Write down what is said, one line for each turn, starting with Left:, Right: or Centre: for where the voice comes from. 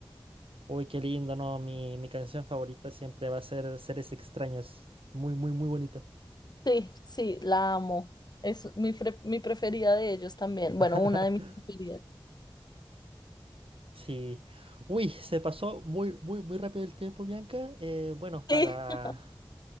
Right: Uy, qué lindo, ¿no? Mi, mi canción favorita siempre va a ser Seres Extraños. Muy, muy, muy bonita.
Left: Sí, sí, la amo. Es mi, fre- mi preferida de ellos también.
Right: <laughs>
Left: Bueno, una de mis preferidas.
Right: Sí. Uy, se pasó muy, muy, muy rápido el tiempo, Bianca. Eh, bueno, para,
Left: <laughs>